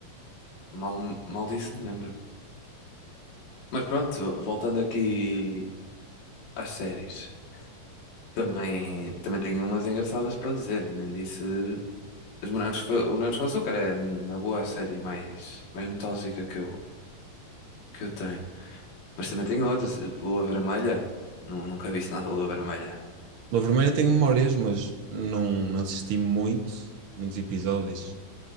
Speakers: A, on the left; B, on the right.
A: Mal, mal disso me lembro. Mas pronto, voltando aqui às séries. Também, também tenho umas engraçadas para dizer. Nem disse. Os Morangos, Fa- o Morangos com Açúcar é, na boa, a série mais, mais nostálgica que eu, que eu tenho. Mas também tenho outras. Lua Vermelha. Nu- nunca vi nada de Lua Vermelha.
B: Lua Vermelha tenho memórias, mas não, não assisti muito, muitos episódios.